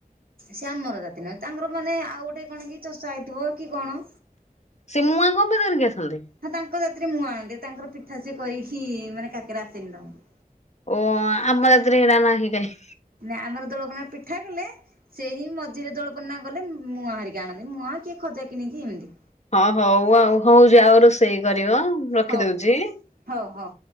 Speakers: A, on the right; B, on the left.
A: ସେ ଆମର ଜାତି ନୁହେଁ ତାଙ୍କର ମାନେ ଆଉ ଗୋଟେ କଣ କି ଚଷା ହେଇଥିବ କି କଣ।
B: ସେ ମୁୂଆଁ କଣ ପାଇଁ ଧରିକି ଆସନ୍ତି?
A: ହଁ ତାଙ୍କ ଜାତିରେ ମୁଁଆ ଆଣନ୍ତି ତାଙ୍କର ପିଠା ସିଏ କରିକି ମାନେ କାକରେ ଆସନି ତାଙ୍କୁ
B: ଓ ଆମ ଜାତିର ହରା ନାହିଁ କାଇଁ।
A: ନା ଆମର ଦୋଳ ପୂର୍ଣ୍ଣମା ପିଠା କଲେ ସେ ହିଁ ମଝିରେ ଦୋଳପନା ଗଲେ ମୁଁଆ ହରିକି ଆଣନ୍ତି ମୁଁ କିଏ ଖଜା କିଣିକି ଏମିତି।
B: ହଁ ହଉ ଆଉ ହଉଛି ଆଉ ରୋଷେଇ କରିବ ରଖିଦଉଛି।
A: ହଉ ହଉ ହଉ।